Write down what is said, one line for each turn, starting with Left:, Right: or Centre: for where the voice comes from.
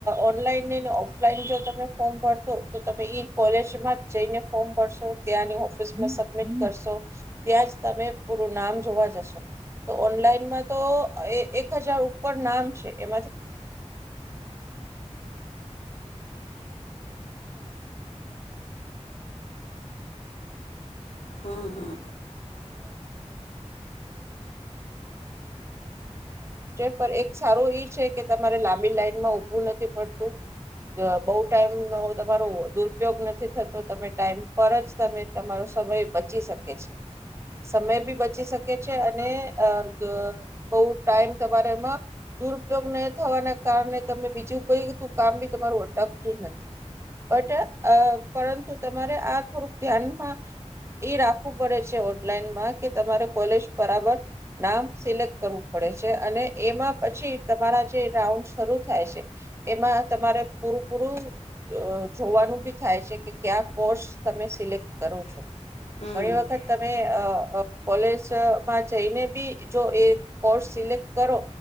Right: ઓનલાઈનને ઓફલાઈન જો તમે ફોર્મ ભરતો તો તમે ઈ કોલેજમાં જઈને ફોર્મ ભરશો ત્યાંની ઓફિસમાં સબમિટ કરશો ત્યાં જ તમે પૂરું નામ જોવા જશો તો ઓનલાઈનમાં તો એક હજાર પર નામ છે એ
Left: હમ હમ
Right: પર એક સારું ઈ છે કે તમારે લાંબી લાઈનમાં ઊભું નથી પડતું બહુ ટાઈમનો તમારો દુરુપયોગ નથી થતો તમે ટાઈમ પર જ તમે તમારો સમય બચી શકે છે સમય બી બચી શકે છે અને બ બહુ ટાઈમ તમારે મા દુરુપયોગ નઈ થવાના કારણે તમે બીજું કઈ કામ બી તમારું અટકતું નથી બટ અ પરંતુ તમારે આ થોડુંક ધ્યાનમાં ઈ રાખવું પડે છે ઓનલાઈનમાં કે તમારે કોલેજ બરાબર નામ સિલેક્ટ કરવું પડે છે અને એમાં પછી તમારા જે રાઉન્ડ શરૂ થાય છે એમાં તમારે પૂરું પૂરું અ જોવાનું બી થાય છે કે ક્યા કોર્સ તમે સિલેક્ટ કરો છો.
Left: હમ
Right: ઘણી વખત તમે અ અ કોલેજમાં જઈને બી જો એ કોર્સ સિલેક્ટ કરો